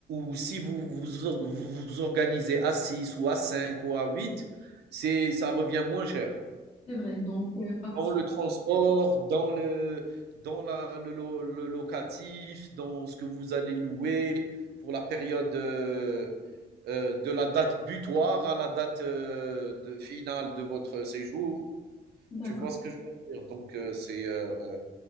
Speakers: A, on the right; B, on the left.
A: où si vous vous, or- vous vous organisez à 6 ou à 5 ou à 8, c'est, ça revient moins cher.
B: C'est vrai, donc euh, parti.
A: Dans le transport, dans le dans la le lo le locatif, dans ce que vous allez louer pour la période, heu heu, de la date butoir à la date, heu, de finale de votre séjour.
B: D'accord,
A: Tu vois ce que je veux dire? Donc heu, c'est, heu,